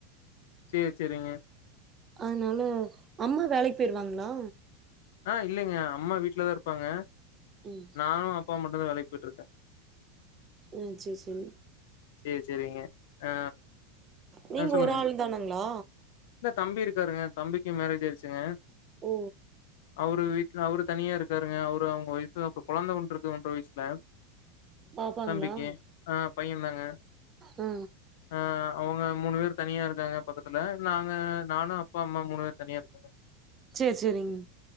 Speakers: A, on the left (about 70°); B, on the right (about 30°).
A: சேரி சேரிங்க
B: அதனால அம்மா வேலைக்கி போயிருவாங்களா?
A: ஆ இல்லைங்க அம்மா வீட்லதா இருப்பாங்க
B: ம்
A: நானு அ ப்பா மட்டும்தா வேலைக்கு போயிட்ருக்கே
B: ம் சேரி சேரிங்
A: சேரி சேரிங்க ஆ
B: நீங்க
A: ஆ சொல்லுங்க
B: ஒரு ஆள் தானாங்களா
A: இல்ல தம்பி இருக்காருங்க தம்பிக்கி மேரேஜ் ஆயிருச்சுங்க
B: ஓ
A: அவரு வீட்ல அவரு தனியா இருக்காருங்க அவரு அவங்க ஒய்ஃபு அப்றோ கொழந்த ஒண்ணு இருக்குங்க ஒன்ர வயசுல
B: பாப்பாங்களா
A: தம்பிக்கு ஆ பையன்தாங் க
B: ஆ
A: ஆ அ வங்க மூணு பேர் தனியா இருக்காங்க பக்கத்துல நாங்க நானு அப்பா அம்மா மூணு பேரு தனியா இருக்கங்க
B: சேரி சேரிங்க